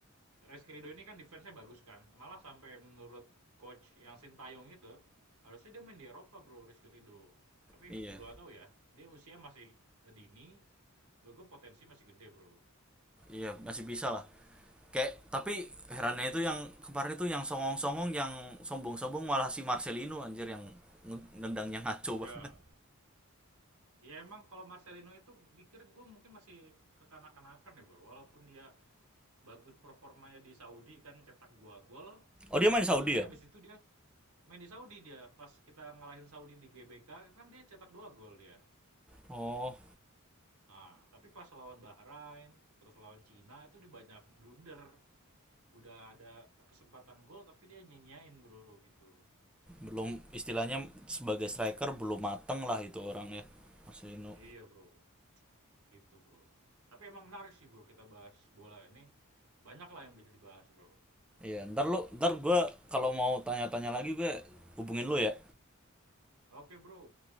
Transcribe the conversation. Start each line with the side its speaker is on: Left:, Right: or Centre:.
Right: Rizky Ridho ini kan defense-nya bagus kan. Malah sampai menurut coach yang Sintayong itu harusnya dia main di Eropa bro Rizky Ridho. Tapi
Centre: iya
Right: belum tahu ya. Dia usia masih eh, dini. Menurut gue potensi masih gede bro.
Centre: Iya, masih bisa lah. Kayak tapi herannya itu yang kemarin itu yang songong-songong, yang sombong-sombong malah si Marcelino anjir yang nge- nendangnya ngaco
Right: Ya,
Centre: banget.
Right: Ya emang kalau Marcelino itu pikir gue mungkin masih kekanak-kanakan ya bro. Walaupun dia bagus performanya di Saudi kan cetak gua gol.
Centre: Oh dia main di Saudi
Right: Tapi
Centre: ya?
Right: habis itu dia main di Saudi dia. Pas kita ngalahin Saudi di GBK kan dia cetak dua gol dia.
Centre: Oh,
Right: Nah tapi pas lawan Bahrain terus lawan Cina itu dia banyak blunder. Udah ada kesempatan gol tapi dia nyenyain bro gitu.
Centre: belum istilahnya sebagai striker belum mateng lah itu orangnya. Marcelino.
Right: Iya bro, gitu bro. Tapi emang menarik sih bro kita bahas bola ini. Banyak lah yang bisa dibahas bro.
Centre: Iya, ntar lu ntar gue kalau mau tanya-tanya lagi gue hubungin lu ya.
Right: Oke bro.